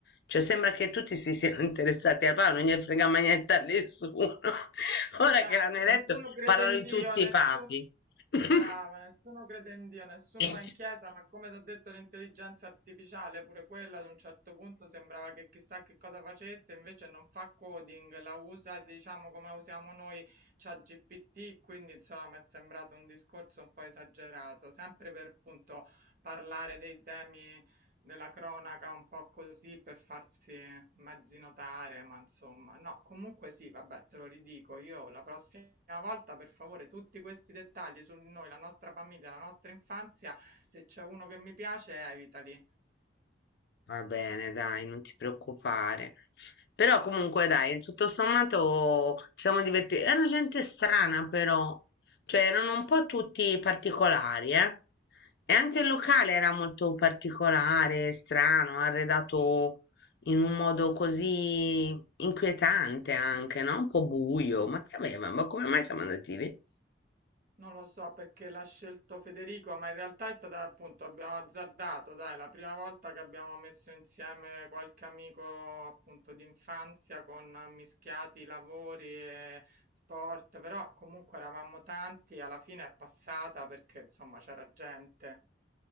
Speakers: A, on the left; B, on the right.
A: Cioè, sembra che tutti si siano interessati al Papa, non gli frega mai niente a nessuno. <laughs> Ora
B: Esatto,
A: che l'hanno eletto,
B: nessuno crede
A: parlano
B: in
A: di
B: Dio,
A: tutti
B: nessuno...
A: i papi. <laughs>
B: Brava, nessuno crede in Dio, nessuno
A: Mm,
B: va in chiesa, ma come ti ho detto l'intelligenza artificiale, pure quella ad un certo punto sembrava che chissà che cosa facesse, invece non fa coding, la usa diciamo come la usiamo noi, c'ha GPT, quindi insomma mi è sembrato un discorso un po' esagerato, sempre per appunto parlare dei temi della cronaca un po' così per farsi mezzi notare, ma insomma, no, comunque sì, vabbè, te lo ridico io la prossima volta, per favore, tutti questi dettagli su noi, la nostra famiglia, la nostra infanzia, se c'è uno che mi piace, evitali.
A: Va bene, dai, non ti preoccupare. Però comunque dai, tutto sommato ci siamo divertiti. Era gente strana però, cioè erano un po' tutti particolari, eh. E anche
B: Ah,
A: il
B: sì.
A: locale era molto particolare, strano, arredato in un modo così inquietante anche, no? Un po' buio. Ma che aveva? Ma come mai siamo andati lì?
B: Non lo so perché l'ha scelto Federico, ma in realtà è stata appunto, abbiamo azzardato, dai, la prima volta che abbiamo messo insieme qualche amico appunto di infanzia con mischiati lavori e, sport, però comunque eravamo tanti, alla fine è passata perché insomma c'era gente.